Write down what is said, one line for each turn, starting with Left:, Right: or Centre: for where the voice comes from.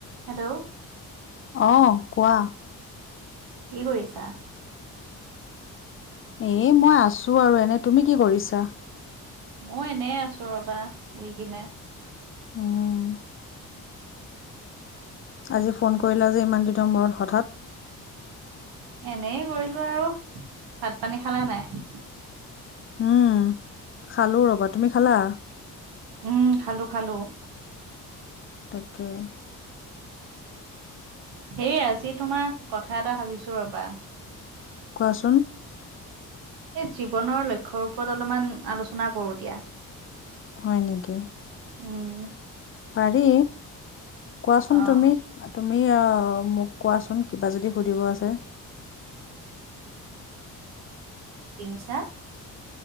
Right: হেল্ল'।
Left: অ কোৱা।
Right: কি কৰিছা?
Left: এ মই আছো আৰু এনে। তুমি কি কৰিছা?
Right: মই এনে আছো ৰবা শুই কিনে।
Left: উম আজি ফোন কৰিলা যে ইমান দিনৰ মূৰত হঠাৎ।
Right: এনেই কৰিলো আৰু। ভাত পানী খালে নাই?
Left: উম খালোঁ ৰবা। তুমি খালা?
Right: উম খালোঁ খালোঁ।
Left: তাকে।
Right: সেই আজি তোমাৰ কথা এটা ভাবিছোঁ ৰবা।
Left: কোৱাচোন।
Right: এই জীৱনৰ লক্ষ্যৰ ওপৰত অলপমান আলোচনা কৰো দিয়া।
Left: হয় নেকি।
Right: উম।
Left: পাৰি কোৱাচোন
Right: অহ
Left: তুমি তুমি আহ মোক। কোৱাচোন কিবা যদি সুধিব আছে।
Right: কি কৈছা?